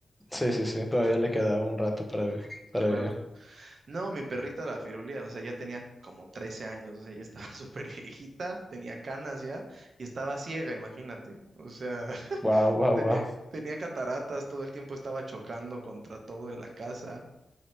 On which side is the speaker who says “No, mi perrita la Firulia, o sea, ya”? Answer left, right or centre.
Right